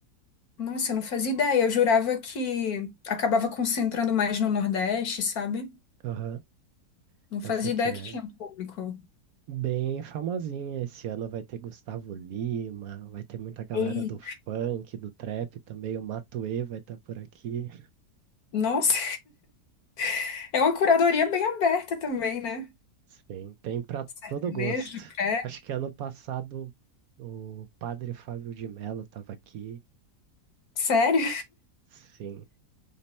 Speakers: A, on the left; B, on the right.
A: Nossa, eu não fazia ideia. Eu jurava que acabava concentrando mais no Nordeste, sabe?
B: Aham.
A: Não fazia
B: Essa aqui
A: ideia
B: é
A: que tinha público.
B: bem famosinha. Esse ano vai ter Gustavo Lima, vai ter muita galera
A: E,
B: do funk, do trap também, o Matuê vai estar por aqui.
A: nossa, <laughs> é uma curadoria bem aberta também, né?
B: Sim, tem pra
A: Sertanejo,
B: todo gosto.
A: credo.
B: Acho que ano passado o padre Fábio de Mello estava aqui.
A: Sério?
B: Sim,